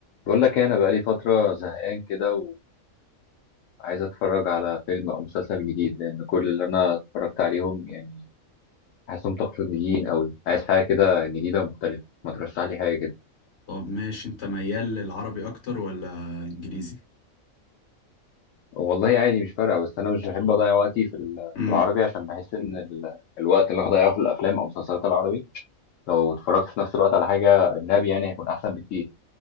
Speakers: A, on the left; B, on the left.
A: بقول لك إيه، انا بقالي فتره زهقان كده وعايز اتفرج على فيلم او مسلسل جديد لان كل اللي انا اتفرجت عليهم يعني حاسسهم تقليديين قوي عايز حاجه كده جديده مختلفه ما ترشح لي حاجه كده
B: طب ماشي انت ميال للعربي اكتر ولا انجليزي
A: والله عادي مش فارقه بس انا مش بحب اضيع وقتي في ال-
B: امم
A: في العربي عشان بحس ان ال- الوقت اللي هضيعه في الافلام او مسلسلات العربي لو اتفرجت في نفس الوقت على حاجه اجنبي يعني هيكون احسن بكتير